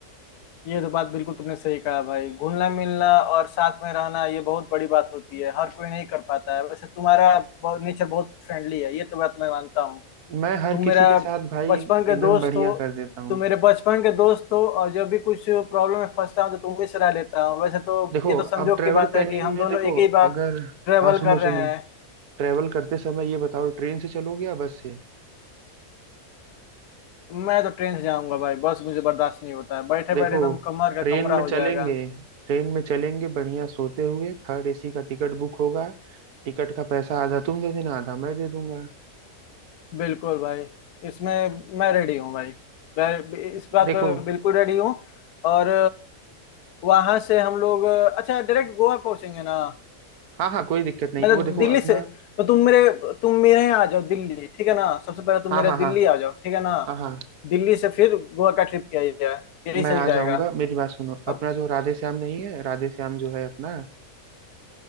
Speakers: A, on the left; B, on the right.
A: ये तो बात बिल्कुल तुमने सही कहा भाई घुलना मिलना और साथ में रहना ये बहुत बड़ी बात होती है हर कोई नहीं कर पाता है वैसे तुम्हारा नेचर बहुत फ्रेंडली है ये तो बात मैं मानता हूँ
B: मैं हर
A: तुम
B: किसी
A: मेरा
B: के साथ भाई
A: बचपन
B: एकदम
A: के दोस्त
B: बढ़िया
A: हो
B: कर देता हूँ
A: तुम मेरे बचपन के दोस्त हो और जब भी कुछ प्रॉब्लम में फंसता हूँ तो तुम ही सलाह लेता हूँ वैसे तो
B: देखो
A: ये तो संजोग
B: अब ट्रेवल
A: की बात
B: प्लानिंग
A: है कि हम
B: में
A: दोनों
B: देखो
A: एक ही बात
B: अगर
A: ट्रेवल
B: हाँ सुनो
A: कर
B: सुनो
A: रहे हैं
B: ट्रेवल करते समय ये बताओ ट्रेन से चलोगे या बस से
A: मैं तो ट्रेन से जाऊंगा भाई बस मुझे बर्दाश्त नहीं होता है बैठे
B: देखो
A: बैठे एकदम कमर का
B: ट्रेन
A: कमरा
B: में चलेंगे
A: हो जाएगा
B: ट्रेन में चलेंगे बढ़िया सोते हुए थर्ड एसी का टिकट बुक होगा टिकट का पैसा आधा तुम दे देना आधा मैं दे दूंगा
A: बिल्कुल भाई इसमें मैं रेडी हूँ भाई मैं इस बात
B: देखो
A: पे बिल्कुल रेडी हूँ और वहां से हम लोग अच्छा डायरेक्ट गोवा पहुंचेंगे ना
B: हाँ हाँ कोई दिक्कत नहीं
A: मैं
B: वो
A: तो
B: देखो
A: दिल्ली
B: अपना
A: से तो तुम मेरे तुम मेरे यहाँ आ जाओ दिल्ली ठीक है ना सबसे पहले तुम
B: हाँ
A: मेरे
B: हाँ
A: दिल्ली
B: हाँ
A: आ जाओ ठीक है ना
B: हाँ हाँ
A: दिल्ली से फिर गोवा का ट्रिप किया जाए यही
B: मैं
A: सही
B: आ
A: रहेगा
B: जाऊंगा मेरी बात सुनो
A: अब
B: अपना जो राधे श्याम नहीं है राधे श्याम जो है अपना